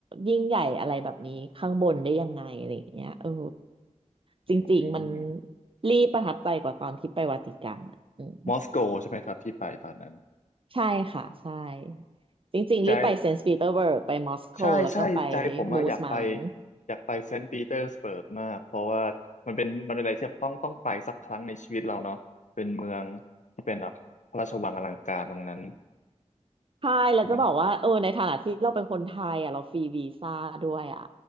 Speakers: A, on the right (about 45°); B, on the left (about 75°).
A: ยิ่งใหญ่อะไรแบบนี้ข้างบนได้ยังไงอะไรอย่างเงี้ยเออ
B: อืม
A: จริงๆมันรีประทับใจกว่าตอนที่ไปวาติกันอ่ะอืม
B: มอสโกใช่ไหมครับที่ไปตอนนั้น
A: ใช่ค่ะใช่จริงๆรีบไปเซนต์ปีเตอร์เบิร์กไปมอสโกแล้วก็ไป
B: ใจ ใช่ใช่ใจผมอะอยากไป
A: มูสมัง
B: อยากไปเซนต์ปีเตอร์สเบิร์กมากเพราะว่ามันเป็นมันเป็นอะไรที่ต้องต้องไปสักครั้งในชีวิตเราเนาะเป็นเมืองที่เป็นแบบพระราชวังอลังการตรงนั้น
A: ใช่แล้วจะบอกว่าเออในฐานะที่เราเป็นคนไทยอ่ะเราฟรีวีซ่าด้วยอ่ะ
B: มัน